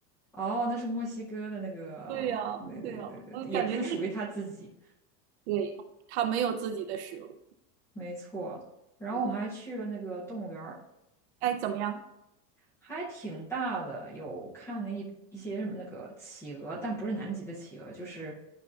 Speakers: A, in the centre; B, on the right.
A: 哦，那是墨西哥的那个，
B: <laughs> 对呀，
A: 对对对对，
B: 对呀，我感觉那
A: 也不是属于他自己，
B: 对他没有自己的食物。
A: 没错。然后我们还去了那个动物园儿，
B: 嗯，哎，怎么样？
A: 还挺大的，有看了一一些什么那个企鹅，但不是南极的企鹅，就是